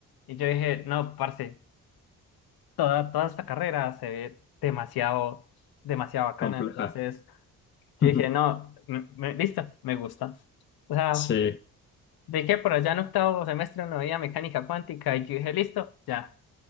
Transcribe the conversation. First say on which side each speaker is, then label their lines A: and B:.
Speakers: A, on the left; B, on the left.
A: y yo dije, no, parce, toda, toda esta carrera se ve demasiado, demasiado bacana.
B: compleja.
A: Entonces, yo
B: <laughs>
A: dije, no, me, me- listo, me gusta. O sea,
B: Sí,
A: Vi que por allá en octavo semestre no había mecánica cuántica y yo dije, listo, ya,